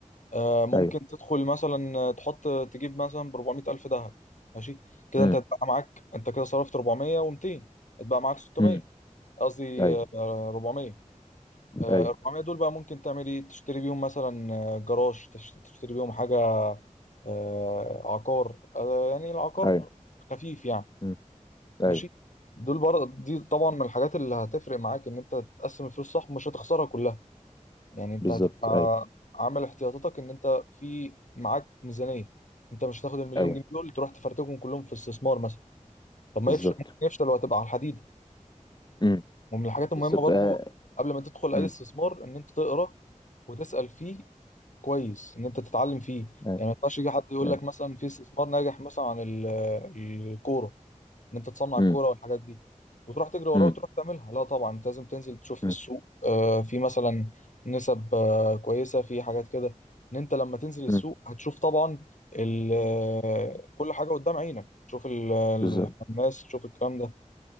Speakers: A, on the left; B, on the left.
A: آه، ممكن
B: ايوه
A: تدخل مثلا تحط تجيب مثلا ب 400 الف ذهب ماشي كده
B: مم.
A: انت هتبقى معاك انت كده صرفت 400 و200 هتبقى معاك 600
B: مم.
A: قصدي
B: ايوه
A: آه، 400 آه،
B: ايوه
A: 400 دول بقى ممكن تعمل ايه تشتري بيهم مثلا آه، جراج تش- تشتري بيهم حاجه آه، عقار آه، يعني العقار
B: ايوه
A: خفيف يعني
B: مم.
A: ماشي
B: ايوه
A: دول برضه دي طبعا من الحاجات اللي هتفرق معاك ان انت تقسم الفلوس صح ومش هتخسرها كلها يعني انت
B: بالظبط
A: هتبقى
B: ايوه
A: عامل احتياطاتك ان انت في معاك ميزانية انت مش هتاخد المليون
B: ايوه
A: جنيه دول تروح تفرتكهم كلهم في استثمار مثلا طب ما
B: بالظبط
A: يفشل ممكن يفشل وهتبقى على الحديدة
B: امم
A: ومن الحاجات المهمة
B: بالظبط
A: برضو
B: آه.
A: قبل ما تدخل
B: امم
A: اي استثمار ان انت تقرا وتسأل فيه كويس ان انت تتعلم فيه
B: أيوة،
A: يعني ما ينفعش يجي حد يقول
B: أيوة،
A: لك مثلا في استثمار ناجح مثلا عن ال- الكورة ان انت تصنع
B: امم
A: الكوره والحاجات دي وتروح تجري وراه
B: امم
A: وتروح تعملها لا طبعا انت لازم تنزل تشوف في
B: امم
A: السوق آه، في مثلا نسب آه، كويسه في حاجات كده ان انت لما تنزل السوق
B: امم
A: هتشوف طبعا ال- آه، كل حاجه قدام عينك تشوف ال- ال-
B: بالظبط
A: الناس تشوف الكلام ده